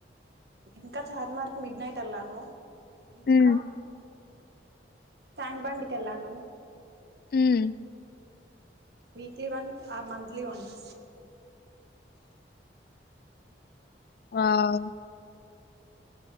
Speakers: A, on the right; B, on the left.
A: ఇంకా చార్ మార్కు మిడ్ నైట్ యెళ్లాను. ఇంకా
B: ఉమ్
A: టాంక్బండ్ కెళ్ళానూ
B: మ్
A: weekly once or monthly once
B: ఆ వావ్